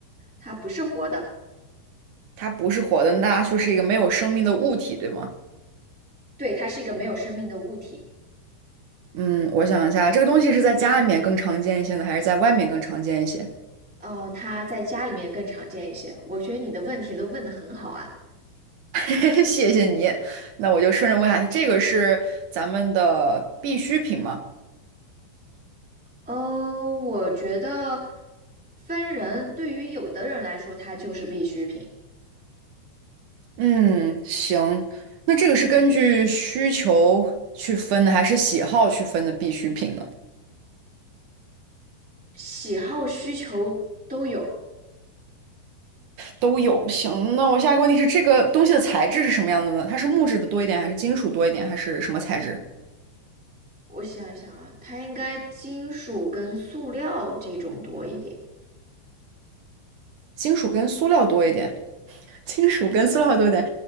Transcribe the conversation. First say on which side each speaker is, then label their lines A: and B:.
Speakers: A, in the centre; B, on the right.
A: 它不是活的，
B: 它不是活的，那它就是一个没有生命的物体，对吗？
A: 对，它是一个没有生命的物体。
B: 嗯，我想一下，这个东西是在家里面更常见一些呢，还是在外面更常见一些？
A: 嗯、它在家里面更常见一些。我觉得你的问题都问得很好啊。
B: <laughs> 谢谢你。那我就顺着问下去，这个是咱们的必需品吗？
A: 嗯、我觉得分人，对于有的人来说，它就是必需品，
B: 嗯，行。那这个是根据需求去分的，还是喜好去分的必需品呢？
A: 喜好需求都有；
B: 都有。行，那我下一个问题是，这个东西的材质是什么样的呢？它是木质的多一点，还是金属多一点，还是什么材质？
A: 我想一想啊，它应该金属跟塑料这种多一点，
B: 金属跟塑料多一点，<laughs> 金属跟塑料多一点。